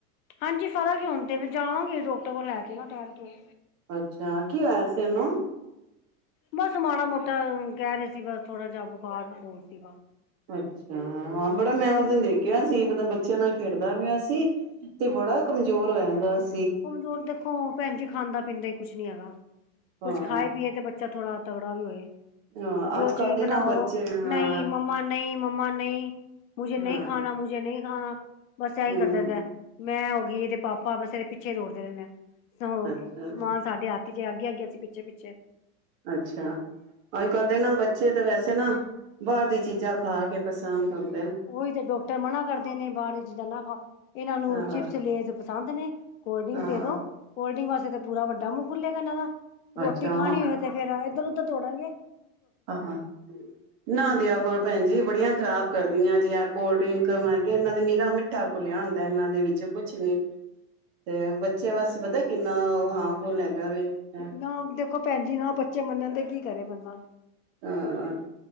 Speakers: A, on the left (about 65°); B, on the right (about 45°).
A: ਹਾਂਜੀ, ਫਰਕ ਏ ਹੁਣ ਤੇ ਜਾਵਾਂਗੀ ਡੋਕਟਰ ਕੋ ਲੈ ਕੇ ਨਾ ਠੈਰ ਕੇ।
B: ਅੱਛਾ, ਕੀ ਹੋਇਆ ਸੀ ਏਨੂ?
A: ਬਸ-ਮਾੜਾ ਮੋਟਾ ਕਹਿ ਰਹੇ ਸੀ ਬਸ ਥੋੜਾ ਜਿਹਾ ਬੁਖਾਰ-ਬੁਖੂਰ ਸੀਗਾ।
B: ਅੱਛਾ। ਹਾਂ, ਬੜਾ ਮੈਂ ਉਸ ਦਿਨ ਦੇਖ ਕਿਆ ਸੀ ਪਤੇ ਨੀ ਬਚ ਤੇ ਬੱਚਿਆਂ ਨਾਲ ਖੇਡਦਾ ਪਿਆ ਸੀ ਤੇ ਬੜਾ ਕਮਜ ਜ਼ੋਰ ਹੋਇਆ ਦਾਸੀ।
A: ਕਮਜ਼ੋਰੀ ਦੇਖੋ ਭੈਣ ਜੀ ਖਾਂਦਾ-ਪੀਂਦਾ ਈ ਕੁਛ ਨੀ ਹੈਗਾ। ਕੁੱਛ
B: ਹਾਂ
A: ਖਾਏ-ਪੀਏ ਤੇ ਬੱਚੇ- ਬੱਚਾ ਥੋੜਾ ਤਗੜਾ ਵੀ ਹੋਏ।
B: ਹਾਂ,
A: ਜੋ
B: ਅੱਜ-ਕੱਲ
A: ਚੀਜ਼
B: ਦੇ
A: ਬਣਾਓ
B: ਨਾ ਬੱਚੇ ਹਾਂ
A: ਨਹੀਂ ਮੰਮਾ ਨਹੀਂ ਮੰਮਾ ਨਹੀ। ਮੁਝੇ ਨਹੀ
B: ਹਾਂ
A: ਖਾਣਾ, ਮੁਝੇ ਨਹੀ ਹਾਂ। ਬਸ ਐਹੀ
B: ਹਮ
A: ਕਰਦਾ ਰਹਿੰਦਾ, ਮੈਂ ਓ ਵੀ ਤੇ ਪਾਪਾ ਬਸ ਏਦੇ ਪਿਛ ਪਿੱਛੇ ਦੌੜਦੇ ਰਹਿੰਦੇ ਆ। ਸ
B: ਅੱਛਾ
A: ਸਮਾਨ ਸਾਡੇ ਹੱਥ ਜੇ ਅੱਗੇ-ਅੱਗੇ, ਅਸ਼ੀ ਪਿੱਛੇ-ਪਿੱਛੇ
B: ਅੱਛਾ, ਅੱਜ-ਕੱਲ ਦੇ ਨਾ ਬੱਚੇ ਤਾਂ ਵੈਸੇ ਨਾ ਬਾਹਰ ਦੀ ਚੀਜ਼ਾਂ ਖਾ ਕੇ ਪਸੰਦ ਆਦੀ
A: ਉਹੀ ਤੇ ਡਾਕਟਰ ਮਨਾ ਕਰਦੇ ਨੇ, ਬਾਹਰ ਦੀ ਚੀਜ਼ਾਂ ਨਾ ਖਾਓ ਇਹਨਾਂ ਨੂੰ
B: ਹਾਂ
A: ਚਿਪਸ-ਲੇਸ ਪਸੰਦ ਨੇ ਕੋਲਡ ਡਰਿੰਕ
B: ਹਾਂ
A: ਦੇ ਦੋ ਕੋਲਡ ਡਰਿੰਕ ਵਸਤੇ ਤੇ ਪੂਰਾ ਵੱਡਾ ਮੂੰਹੁੱ ਖੁੱਲੇਗਾ ਇਹਨਾਂ ਦਾ। ਰੋਟੀ
B: ਅੱਛਾ
A: ਖਾਣੀ ਹੋਵੇ ਤੇ ਫੇਰ ਇੱਧਰ-ਉਧਰ ਦੋੜਨਗੇ।
B: ਆਹ ਨਾ ਦਿਆ ਕਰੋ ਭੈਣ ਜੀ ਬੜੀਆਂ ਖ਼ਰਾਬ ਕਰਦੀਆਂ ਜੇ ਕੋਲਡ ਡਰਿੰਕ ਮੈਂਗੀ ਇਹਨਾਂ ਦੇ ਨੀਰਾ ਮਿੱਠਾ ਘੂਲਿਆ ਹੁੰਦਾ, ਇਹਨਾਂ ਦੇ ਵਿੱਚ ਕੁਛ ਨੀ, ਤੇ ਬੱਚਿਆਂ ਵਾਸਤੇ ਪਤਾ ਕਿੰਨਾ ਉਹ ਹਾਰਮਫੁੱਲ ਹੈਗਾ ਵੇ। ਹਾਂ
A: ਨਾ ਦੇਖੋ ਭੈਣ ਜੀ ਨਾ ਬੱਚੇ ਮੰਨਣ ਤੇ ਕਿ ਕਰੇ ਬੰਦਾ।
B: ਹਾਂ।